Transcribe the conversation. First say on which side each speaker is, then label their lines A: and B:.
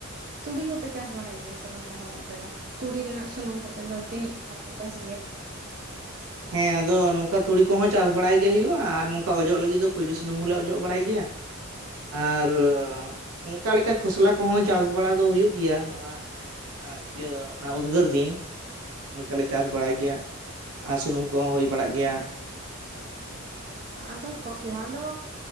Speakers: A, on the right; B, on the right.
A: ᱛᱩᱲᱤ ᱠᱚᱯᱮ ᱪᱟᱥ ᱵᱟᱲᱟᱭ ᱜᱮᱭᱟ ᱥᱮ ᱵᱟᱝ ᱛᱟᱦᱚᱞᱮ ᱟᱯᱮ ᱫᱚ ᱛᱩᱲᱤ ᱨᱮᱱᱟᱜ ᱥᱩᱱᱩᱢ ᱠᱚᱛᱮ ᱫᱚ ᱛᱤᱱᱟᱹᱡ ᱦᱚᱲ ᱠᱚ ᱪᱟᱥ ᱜᱮᱭᱟ
B: <inaudible> ᱦᱮᱸ ᱟᱫᱚ ᱱᱚᱝᱠᱟ ᱛᱩᱲᱤ ᱠᱚᱦᱚᱸ ᱪᱟᱥ ᱵᱟᱲᱟᱭ ᱜᱮ ᱦᱩᱭᱩᱜᱼᱟ ᱟᱨ ᱱᱚᱝᱠᱟ ᱚᱡᱚᱜ ᱞᱟᱹᱜᱤᱫ ᱫᱚ ᱠᱩᱸᱭᱞᱤ ᱥᱩᱱᱩᱢ ᱦᱚᱸᱞᱮ ᱚᱡᱚᱜ ᱵᱟᱲᱟᱭ ᱜᱮᱭᱟ ᱟᱨ ᱚᱠᱟ ᱞᱮᱠᱟ ᱠᱷᱚᱥᱞᱟ ᱠᱚᱦᱚᱸ ᱪᱟᱥ ᱵᱟᱲᱟ ᱫᱚ ᱦᱩᱭᱩᱜ ᱜᱮᱭᱟ ᱱᱚᱣᱟ ᱤᱭᱟᱹ ᱚᱱᱟ ᱩᱫᱽᱜᱟᱹᱨ ᱫᱤᱱ ᱚᱱᱠᱟᱞᱮ ᱪᱟᱥ ᱵᱟᱲᱟᱭ ᱜᱮᱭᱟ ᱟᱨ ᱥᱩᱱᱩᱢ ᱠᱚᱦᱚᱸ ᱦᱩᱭ ᱵᱟᱲᱟᱜ ᱜᱮᱭᱟ᱾
A: ᱟᱫᱚ ᱠᱚᱥᱞᱟ ᱫᱚ